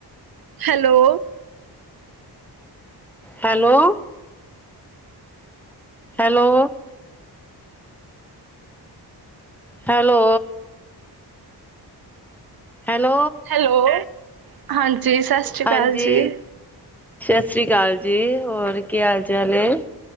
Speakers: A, on the right; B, in the centre.
A: hello
B: hello hello hello hello
A: hello ਹਾਂਜੀ, ਸਤਿ ਸ਼੍ਰੀ ਅਕਾਲ
B: ਹਾਂਜੀ
A: ਜੀ।
B: ਸਤਿ ਸ਼੍ਰੀ ਅਕਾਲ ਜੀ, ਹੋਰ ਕੀ ਹਾਲ ਚਾਲ ਆ।